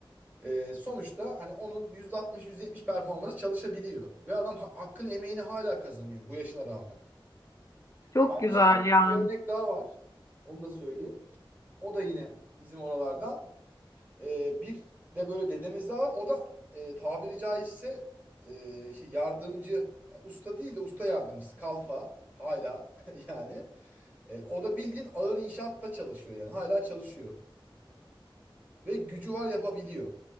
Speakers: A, on the right; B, on the left.
A: Ee, sonuçta hani onun %60-%70 performansı çalışabiliyor. Ve adam ha- hakkını emeğini hala kazanıyor bu yaşına rağmen.
B: Çok
A: Aynı
B: güzel
A: şekilde
B: yani.
A: bir örnek daha var. Onu da söyleyeyim. O da yine bizim oralardan. Ee, bir de böyle dedemiz daha var. O da e, tabiri caizse e, şey, yardımcı. Yani usta değil de usta yardımcısı. Kalfa hala <laughs> yani. E, o da bildiğin ağır inşaatta çalışıyor yani. Hala çalışıyor. Ve gücü var yapabiliyor.